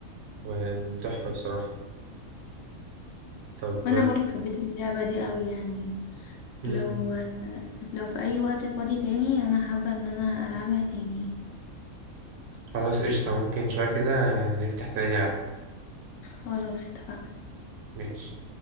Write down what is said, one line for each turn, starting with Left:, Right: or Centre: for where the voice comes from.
Right: وتحفة بصراحة طب
Left: وانا برضو حبيت اللعبة دي قوي يعني
Right: آم،
Left: لو لو في اي وقت فاضي تاني انا حابة ان انا العبها تاني
Right: خلاص قشطة ممكن شوية كده نفتح تاني نلعب
Left: خلاص اتفقنا
Right: ماشي